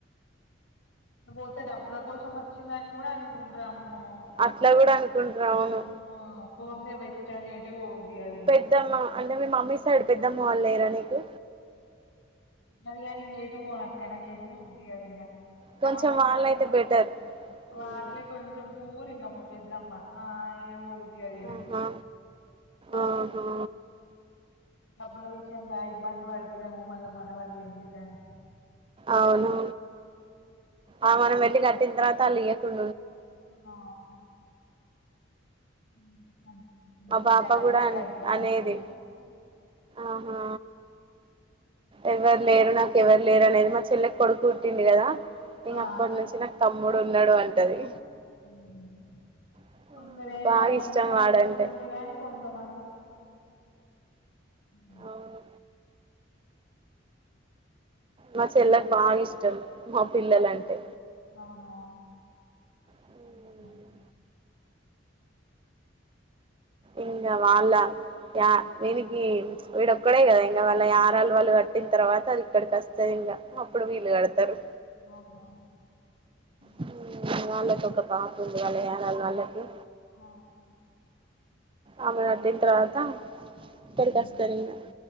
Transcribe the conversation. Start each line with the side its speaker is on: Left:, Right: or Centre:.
Left: పోతే డబ్బుల కోసం వచ్చిందని కూడా అనుకుంట్రమ్ మొ
Right: అట్లా కూడా అనుకుంటారు అవును
Left: అమో పొందే బెస్ట్ ఎట్టు పోబుది కాదు ఇంగ
Right: పెద్దమ్మ అంటే మీ మమ్మీ సైడ్ పెద్దమ్మ వాళ్ళు లేరా నీకు
Left: అదిగాని ఇంగ ఎటుపోనక్క నాకేేటు పోబుది కాదు ఇంగ
Right: కొంచెం
Left: ఆమె కూడా
Right: వాళ్ళయితే బెటర్ హ్మ్.
Left: వాళ్ళు కొంచెం పూర్ అమ్మ పెద్దమ్మా ఇగ పోబుది కాదు ఇగ నాకు
Right: ఆహా ఆహా
Left: డబ్బుల విషయంలో ఇబ్బంది పడతదేమో మళ్ళ మన వల్ళెందుకని
Right: అవును ఆ మనం ఎళ్ళి కట్టిన తర్వాత అళ్ళు ఇయ్యకుం
Left: ఆ ఎందుకు మా
Right: పాప
Left: డాడీకే
Right: కూడా అన్
Left: కడతం
Right: అనేది
Left: అంతే
Right: ఆహా ఎవరు లేరు నాకు ఎవరు లేరు అనేది మా చెల్లకి కొడుకు పుట్టిండు కదా ఇంగ
Left: ఆ
Right: అప్పటి నుంచి నాకు తమ్ముడు ఉన్నాడు అంటది
Left: ఆహా. ఉమ్.
Right: హ్మ్.
Left: కొందరు ఏం
Right: బాగా
Left: కాదు మంచిగానే
Right: ఇష్టం వాడంటే
Left: చూసుకుంటారు కానీ కొంతమంది ఇంకా.
Right: అవును మా చెల్లకి బాగా ఇష్టం మా పిల్లలంటే
Left: అవునా
Right: హ్మ్.
Left: ఉమ్.
Right: ఇంగ వాళ్ళ యా వీనికి వీడొక్కడే కదా ఇంగ వాళ్ళ యరాల వాళ్ళు కట్టిన తర్వాత అది ఇక్కడికి అస్తది ఇంగ అప్పుడు వీలు
Left: అవునా?
Right: కడతరు
Left: ఆహా ఉమ్.
Right: హ్మ్ వాళ్ళకు ఒక పాప ఉంది వాళ్ళ యారల వాళ్లకి
Left: ఆ ఉహు.
Right: ఆమె కటిన తర్వాత ఇక్కడికి
Left: ఉమ్.
Right: అస్తారు ఇంగ